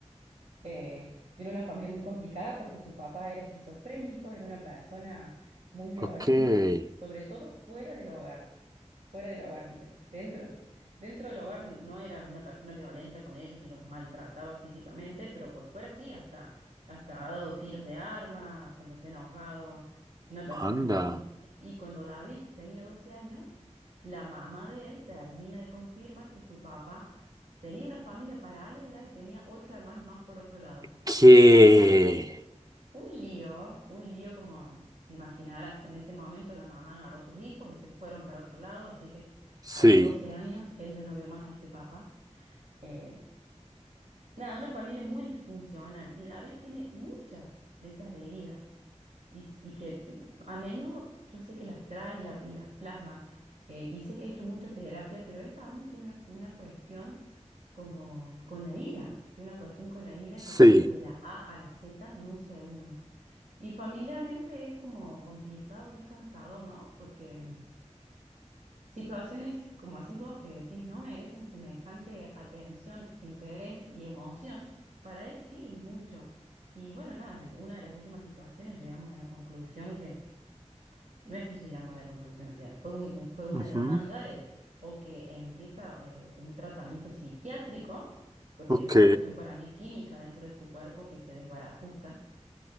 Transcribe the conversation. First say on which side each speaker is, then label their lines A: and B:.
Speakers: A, on the right; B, on the right.
A: eh, era una familia muy complicada porque su papá era esquizofrénico, era una persona muy violenta,
B: ok. Eh,
A: sobre todo fuera del hogar. Fuera del hogar, ente- dentro, dentro del hogar no era una persona violenta con ellos ni los maltrataba físicamente, pero por fuera sí, hasta, hasta ha dado tiros de arma cuando se ha enojado. Una persona
B: anda.
A: muy... Y cuando David tenía 12 años, la mamá de él termina de confirmar que su papá Tenía una familia paralela y tenía ocho hermanos más por otro lado.
B: ¿Qué?
A: Así que un lío, un lío como te imaginarás, en ese momento la mamá agarró a sus hijos y se fueron para otro lado, así que
B: Sí,
A: a los 12 años él ya no vio más a este papá. Eh, Nada, una familia muy disfuncional y David tiene muchas de esas heridas y, s- y que mm, a menudo yo sé que las trae y, la- y las plasma eh, y sé que he hecho mucha terapia, pero él también tiene una cuestión como con la ira, tiene una cuestión con la ira
B: sí.
A: que pasa de la A a la Z en un segundo. Y familiarmente es como complicado y es cansador, ¿no? Porque Situaciones como decís vos que decís no merecen semejante atención, interés y emoción, para él sí es mucho. Y bueno, nada, en una de las últimas situaciones llegamos a la conclusión que, no es que llegamos a la conclusión, o sea, fue un- un- fue una
B: ujú,
A: demanda de, o que empieza eh, un tratamiento psiquiátrico, porque
B: Ok,
A: hay una cuestión para mí química dentro de su cuerpo que se desbarajusta,